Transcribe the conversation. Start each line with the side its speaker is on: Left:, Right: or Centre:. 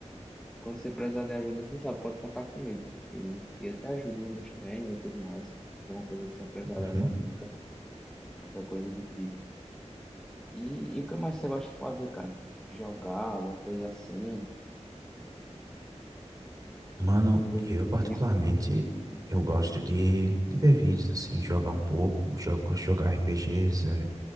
Centre: Quando você precisar de ajuda, você sabe, pode contar comigo, porque eu te ajudo nos treinos e tudo mais. Alguma coisa que você precisar
Right: Uhum.
Centre: de alguma dica, qualquer coisa do tipo. E, e o que mais você gosta de fazer, cara? Jogar, alguma coisa assim,
Right: Mano,
Centre: coisa
Right: eu
Centre: do
Right: particularmente.
Centre: tipo.
Right: Eu gosto de, de ver vídeos, assim, jogar um pouco, jogo, gosto de jogar RPGs,